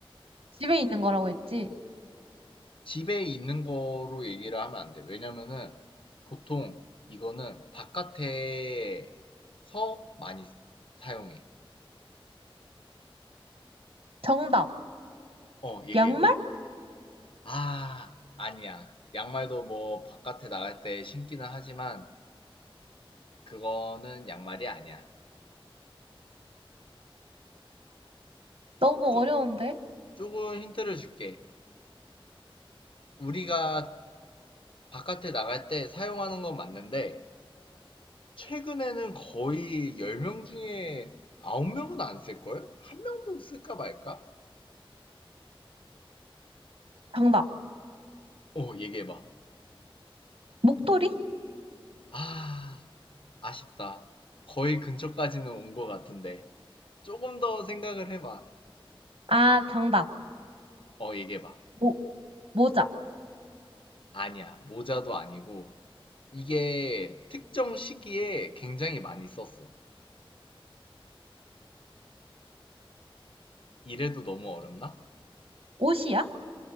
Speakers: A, on the right; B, on the left.
A: 집에 있는 거라고 했지.
B: 집에 있는 거로 얘기를 하면 안 돼. 왜냐면은, 보통 이거는 바깥에서 많이 사용해.
A: 정답.
B: 어, 얘기해봐.
A: 양말?
B: 아 아니야. 양말도 뭐 바깥에 나갈 때 신기는 하지만 그거는 양말이 아니야.
A: 너무
B: 쪼,
A: 어려운데.
B: 조금 힌트를 줄게. 우리가 바깥에 나갈 때 사용하는 건 맞는데 최근에는 거의 10명 중에 9명은 안 쓸걸? 한 명도 쓸까 말까?
A: 정답.
B: 어, 얘기해봐.
A: 목도리?
B: 아, 아쉽다. 거의 근처까지는 온 것 같은데. 조금 더 생각을 해봐.
A: 아, 정답.
B: 어, 얘기해봐.
A: 모, 모자.
B: 아니야. 모자도 아니고. 이게 특정 시기에 굉장히 많이 썼어. 이래도 너무 어렵나?
A: 옷이야?